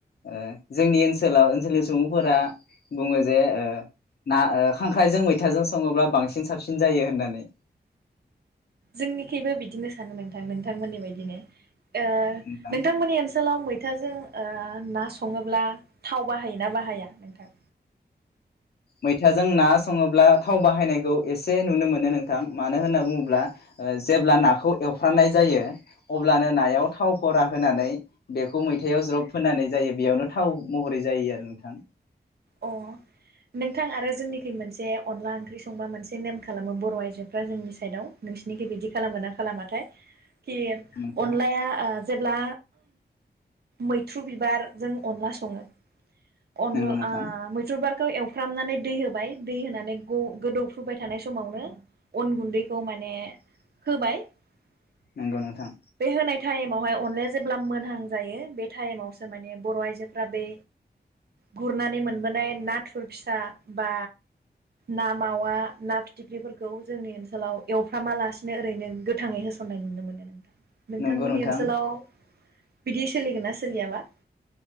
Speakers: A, on the left; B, on the right.
A: ओ जोंनि ओनसोलाव ओनसोलनि सुबुंफोरा बुङो जे ओ ना खांख्राइजों मैथाजों सङोब्ला बांसिन साबसिन जायो होननानै।
B: जोंनिखिइबो बिदिनो सानो नोंथां नोंथांमोननि बायदिनो। ओ
A: नोंथां
B: नोंथांमोननि ओनसोलाव मै मैथाजों ओ ना सङोब्ला थाव बाहायोना बाहाया नोंथां?
A: मैथाजों ना संङोब्ला थाव बाहायनायखौ एसे नुनो मोनो नोंथां मानो होनना बुंङोब्ला ओ जेब्ला नाखौ एवफ्रानाय जायो अब्लानो नायाव थाव फरा होनानै बेखौ मैथायाव ज्रब होनानै जायो बेयावनो थाव महरै जायो आरो नोंथां।
B: अ नोंथां आरो जोंनिखै मोनसे अनला ओंख्रि संबा मोनसे नेम खालामो बर' आयजोफ्रा जोंनि साइदआव नोंसिोरनिखै बिदि खालामगोन ना खालामाथाय खि
A: नोंथाङा
B: अनलाया ओ जेब्ला मैथ्रु बिबारजों अनला सङो अनला
A: नंगौ
B: ओ
A: नोंथां
B: मैथ्रु बार खौ एवफ्रामनानै दै होबाय दै होनानै गोदौफ्रुबाय थानाय समावनो अन गुन्दैखौ माने होबाय <inaudible>
A: नंगौ नोंथां
B: बे होनाय टाइम मावाय अनलाया जेब्ला मोनहां जायो बे टाइमावसो माने बर' आइजोफोरा बै गुरनानै मोनबोनाय नाथुर फिसा बा ना मावा ना फिथिख्रिफोरखौ जोंनि ओनसोलाव एवफ्रामालासिनो ओरैनो गोथाङै होसननाय नुनो मोनो नोंथां। नोंथांमोननि
A: नंगौ नोंथां
B: ओनसोलाव बिदि सोलिगोन ना सोलियाबा?